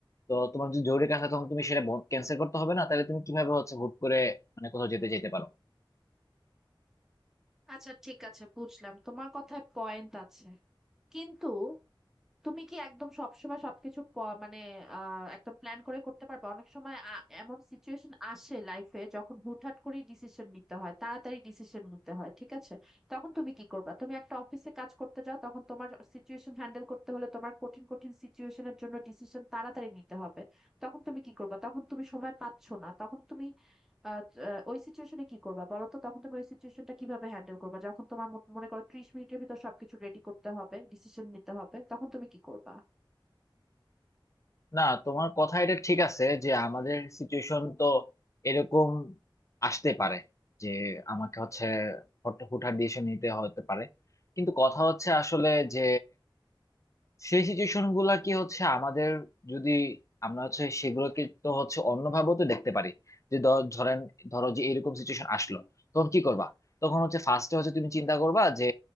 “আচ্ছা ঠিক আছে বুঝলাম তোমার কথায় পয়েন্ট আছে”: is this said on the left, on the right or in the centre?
Centre